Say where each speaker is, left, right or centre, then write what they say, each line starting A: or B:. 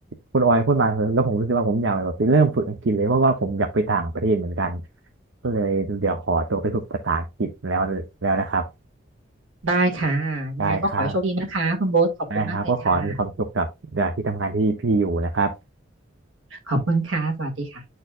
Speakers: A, on the right (about 65°); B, on the right (about 80°).
A: คุณออยพูดมาแล้วผมรู้สึกว่าผมอยากแบบไปเริ่มฝึกอังกฤษเลยเพราะว่าผมอยากไปต่างประเทศเหมือนกันก็เลยเดี๋ยวขอตัวไปฝึกภาษาอังกฤษแล้วแล้วนะครับ
B: ได้ค่ะยังไงก็ขอให้โชคดีนะคะคุณโบ๊ทขอบคุณมากเลยค่ะ
A: ได้ครับได้ครับก็ขอให้มีความสุขกับที่ทำงานที่พี่อยู่นะครับ
B: ขอบคุณค่ะสวัสดีค่ะ